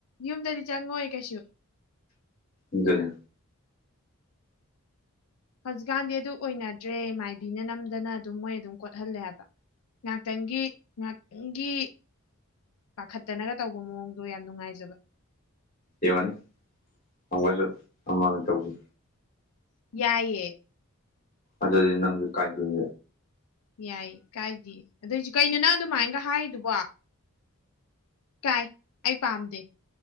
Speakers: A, on the left; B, on the left.
A: ꯌꯨꯝꯗꯗꯤ ꯆꯪꯉꯣꯏ ꯀꯩꯁꯨ
B: ꯑꯗꯨꯅꯤ
A: ꯍꯧꯖꯤꯛꯀꯥꯟꯗꯤ ꯑꯗꯨ ꯑꯣꯏꯅꯗ꯭ꯔꯦ ꯃꯥꯏꯕꯤꯅ ꯅꯝꯗꯅ ꯑꯗꯨꯝ ꯃꯣꯏ ꯑꯗꯨꯝ ꯀꯣꯠꯍꯜꯂꯦ ꯍꯥꯏꯕ ꯉꯥꯛꯇꯪꯒꯤ ꯉꯥꯛꯇꯪꯒꯤ ꯄꯥꯈꯠꯇꯅꯒ ꯇꯧꯕ ꯃꯑꯣꯡꯗꯣ ꯌꯥꯝ ꯅꯨꯡꯉꯥꯏꯖꯕ
B: ꯌꯦꯡꯉꯨꯅꯦ ꯑꯃꯨꯛꯀꯁꯨ ꯑꯃ ꯇꯧꯅꯤ
A: ꯌꯥꯏꯌꯦ
B: ꯑꯗꯨꯗꯤ ꯅꯪꯁꯨ ꯀꯥꯏꯗꯣꯏꯅꯤ
A: ꯌꯥꯏ ꯀꯥꯏꯗꯦ ꯑꯗꯨꯏꯁꯨ ꯀꯩꯅꯣ ꯅꯪ ꯑꯗꯨꯃꯥꯏꯟꯒ ꯍꯥꯏꯗꯨꯕꯣ ꯀꯥꯏ ꯑꯩ ꯄꯥꯝꯗꯦ